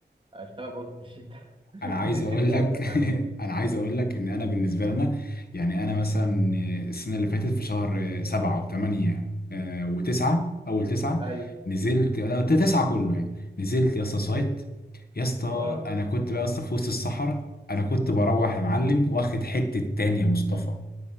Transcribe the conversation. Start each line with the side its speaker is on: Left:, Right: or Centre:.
Right: اشتغل برضه في الشتاء <laughs>
Left: انا عايز
Right: ان الشتاء
Left: اقول لك
Right: اجمل حاجه
Left: <laughs> انا عايز اقول لك ان انا بالنسبه لنا يعني انا مثلا السنه اللي فاتت في شهر سبعة وثمانية وتسعة اول تسعة
Right: ايوه
Left: نزلت لا تسعة كله يعني نزلت يا اسطى سايت يا اسطى
Right: اه ان
Left: انا كنت بقى يا اسطى في وسط الصحراء انا كنت بروح يا معلم واخد حته تانية يا مصطفى